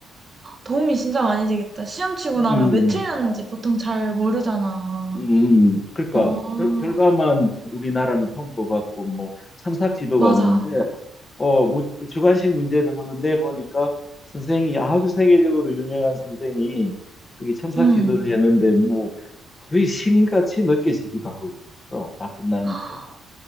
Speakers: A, on the right; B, on the left.
A: 도움이 진짜 많이 되겠다. 시험 치고 나면
B: 음,
A: 왜 틀렸는지 보통 잘 모르잖아.
B: 음, 그러니까
A: 어,
B: 결, 결과만 우리나라는 통보받고 뭐 참삭 지도가
A: 맞아.
B: 없는데 어, 뭐, 그 주관식 문제를 한번 내보니까 선생이 아주 세계적으로 유명한 선생이 그게 참삭
A: 음.
B: 지도를 했는데 뭐 거의 신같이 느껴지기도 하고 그랬어. 다 끝나니까.
A: <gasps>